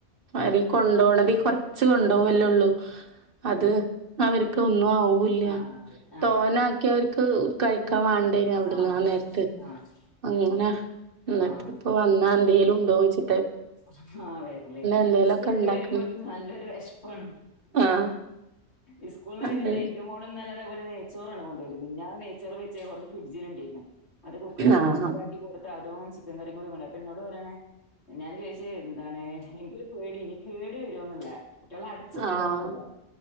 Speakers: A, on the left; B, on the right.
A: ഉം
B: അതി കൊണ്ടോണതി കൊ- ച്ച് കൊണ്ടോകല്ലെള്ളൂ, അത് അവർക്ക് ഒന്നും ആവൂ ല്ല.
A: ആഹ് അതെ ആഹ്
B: തോനെ ക്ക്യാ അവർക്ക് കഴിക്കാൻ വേണ്ടാനു അവിടുന്ന്
A: ആഹ്
B: ആ നേരത്ത്.
A: ശരിയാണ് ആഹ്
B: അങ്ങനെ- ഇന്നട്ട്
A: ആഹ്
B: പ്പൊ വന്നാ എന്തേലും ഉണ്ടോയ്ച്
A: ആഹ്‌ വരല്.
B: എന്തേലൊക്കെ
A: ഉസ്കൂൾട്ട്
B: ഇണ്ടാക്കണം.
A: വരുമ്പോ ഓൽക്ക് നല്ലൊരു വെശപ്പാണ്.
B: ആഹ്
A: ഇസ്കൂൾന്ന്
B: അത്
A: വരില്ലെ, ഇന്റെ മോള് ഇന്നലെ അതെ പോലെ നേ ചോറ് ആണ് കൊണോയത്, മിഞ്ഞാന്ന് നെയ്ച്ചോറ് വെച്ച് കുറച്ച് ഫ്രിഡ്ജിൽ ഉണ്ടേര്ന്ന്, അത് കുക്കറിലി്ട്ട്
B: ആഹ്
A: ചൂടാ ക്കി കൊട്ത്ത്. അതോൺ ചിക്കൻ കറിം കൂടി കൊണ്ടോയി. അപ്പം ഇന്നോട് പറിയാണ്. ഞാൻ ചോയിച്ച് എന്താണ് ഇൻക്ക് ക് പേടിയേനി ഇനി കേടെരോ ന്ന്‌ള്ള. കുട്ടിയള് അടച്ച് കൊണ്ടോണതല്ലേ.
B: ആഹ്